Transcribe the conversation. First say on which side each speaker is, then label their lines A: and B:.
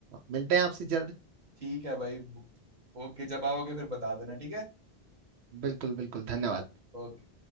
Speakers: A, on the right; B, on the right.
A: मिलते हैं आपसे जल्द
B: ठीक है भाई ओके जब आओगे फिर बता देना ठीक है
A: बिल्कुल बिल्कुल धन्यवाद
B: ओके